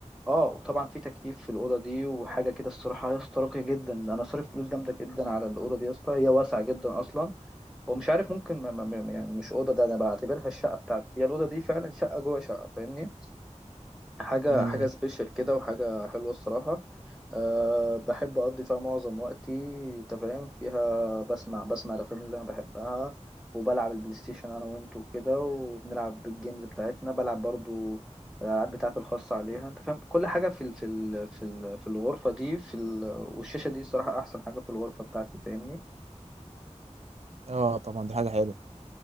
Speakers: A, in the centre; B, on the right (about 60°).
A: اه وطبعا في تكييف في الاوضه دي وحاجه كده الصراحه يا اسطى راقيه جدا انا صارف فلوس جامده جدا على الاوضه دي يا اسطى هي واسعه جدا اصلا هو مش عارف ممكن ما ما ما- يعني مش اوضه ده انا بعتبرها الشقه بتاعتي هي الاوضه دي فعلا شقه جوه شقه فاهمني حاجة
B: مم.
A: حاجة سبيشال كده وحاجة حلوة الصراحة أه بحب أقضي فيها معظم وقتي أنت فاهم فيها بسمع بسمع الأفلام اللي أنا بحبها وبلعب البلاي ستيشن أنا وأنت وكده وبنلعب الجيمز بتاعتنا بلعب برضو الألعاب بتاعتي الخاصة عليها أنت فاهم كل حاجة في ال في ال في ال في الغرفة دي في ال والشاشة دي الصراحة أحسن حاجة في الغرفة بتاعتي فاهمني؟
B: اه طبعا دي حاجه حلوه